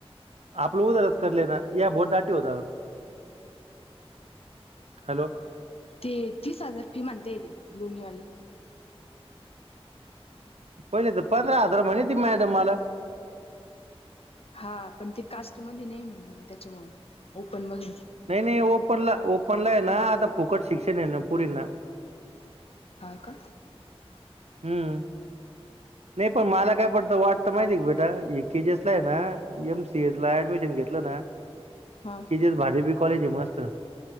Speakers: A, on the right; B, on the left.
A: आप लो उधरस करले ना या भोट दाटी होता. हॅलो.
B: ते तीस हजार फी म्हणते येते लोणीवाले.
A: पहिले तर पंधरा हजार म्हणे त मॅडम मला
B: हा पण ते कास्ट मध नाही म्हणजे त्याच्यामु ओपन मग
A: नाही नाही ओपनला ओपनला आहे ना आता फुकट शिक्षण आहे ना पुरी ना.
B: हो का?
A: हम्म नाही पण मला काय पडत. ता वाटत माहिती आहे का बेटा एजीएस ला आहे ना एमसीएस ला ऍडमिशन घेतलं ना.
B: हा.
A: ते जेस भाडेबी कॉलेज आहे मस्त